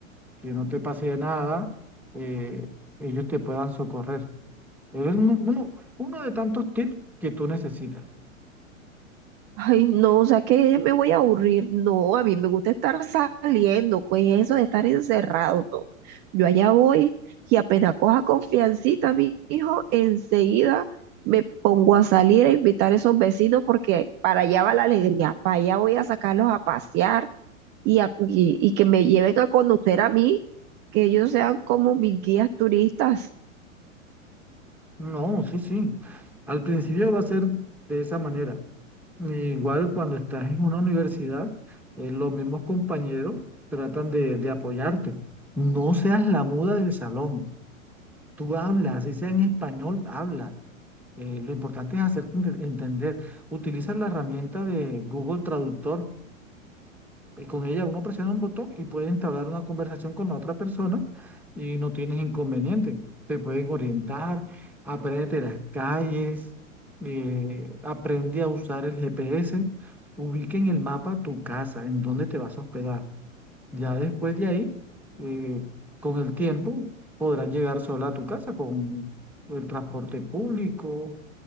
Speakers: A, in the centre; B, on the right (about 25°).
A: que no te pase nada, eh, ellos te puedan socorrer. Pero Es un- uno, uno de tantos tips que tú necesitas.
B: Ay, no, o sea que ya me voy a aburrir. No, a mí me gusta estar saliendo, pues eso de estar encerrado, no. Yo allá voy y apenas coja confiancita, mi hijo, enseguida me pongo a salir a invitar a esos vecinos porque para allá va la alegría, para allá voy a sacarlos a pasear y, a- y, y que me lleven a conocer a mí, que ellos sean como mis guías turistas.
A: No, sí, sí. Al principio va a ser de esa manera. Igual cuando estás en una universidad, eh, los mismos compañeros tratan de, de apoyarte. No seas la muda del salón. Tú hablas, ese en español hablas. Eh, lo importante es hacerte ente- entender. Utiliza la herramienta de Google Traductor. eh, con ella uno presiona un botón y puede entablar una conversación con la otra persona y no tienes inconveniente. Te pueden orientar, aprende las calles, eh, aprende a usar el GPS, ubica en el mapa tu casa, en dónde te vas a hospedar. Ya después de ahí, eh, con el tiempo, podrás llegar sola a tu casa con el transporte público